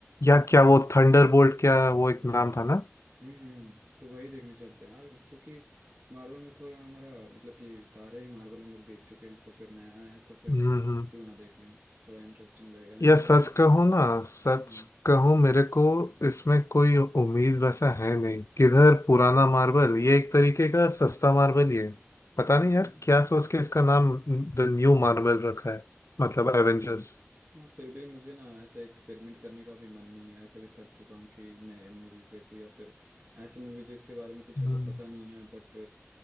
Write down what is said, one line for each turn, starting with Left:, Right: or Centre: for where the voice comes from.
Left: या क्या वो थंडरबोल्ट क्या वो एक
Right: हाँ हाँ
Left: नाम था ना
Right: हम्म हम्म तो वही देखने चलते हैं यार क्योंकि मार्वल में थोड़ा हमारा मतलब कि सारे ही मार्वल हम लोग देख चुके हैं तो फिर नया आया है तो फिर
Left: हम्म हम्म
Right: क्यों ना देख लें थोड़ा इंटरेस्टिंग लगेगा नहीं
Left: या
Right: तो
Left: सच
Right: बाकी सब
Left: कहूँ ना सच
Right: हाँ
Left: कहूँ मेरे को इसमें कोई उम्मीद वैसा है नहीं किधर पुराना मार्बल ये एक तरीके का सस्ता मार्बल ही है पता नहीं
Right: हाँ
Left: यार क्या सोच के इसका नाम द न्यू मार्बल रखा है मतलब
Right: हाँ
Left: एवेंजर्स
Right: हाँ फिर भी मुझे ना ऐसे एक्सपेरिमेंट करने का भी मन नहीं है ऐसे भी थक चुका हूँ कि नए मूवीज देखूँ या फिर ऐसे मूवीज जिसके बारे में कुछ
Left: हम्म
Right: ऐसे पता नहीं है But